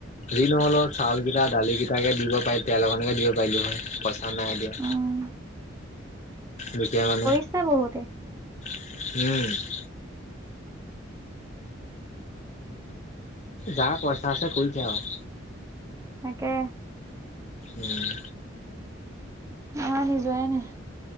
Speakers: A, on the left; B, on the right.
A: যি নহলও চাউল কেইটা দালি কেইটাকে দিব পাৰিলো তেল অকন দিব পাৰিলো হয় পইচা নাই দিয়া।
B: উম
A: দোখিয়া মানু।
B: আছে বহুতে।
A: উমঁ। যাৰ পইচা আছে কৰিছে আৰু।
B: তাকে।
A: উমঁ।
B: অঁ হিযোৱাই নাই।